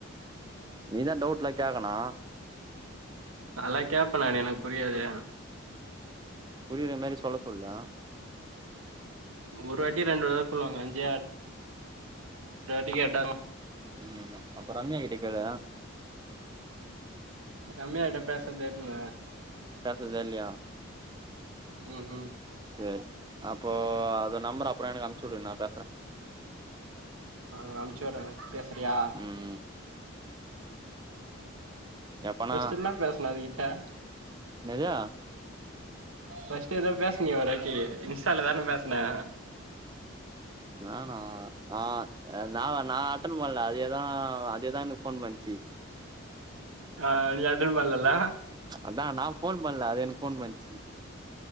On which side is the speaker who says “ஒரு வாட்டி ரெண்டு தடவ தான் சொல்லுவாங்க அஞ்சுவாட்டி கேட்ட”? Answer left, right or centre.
Right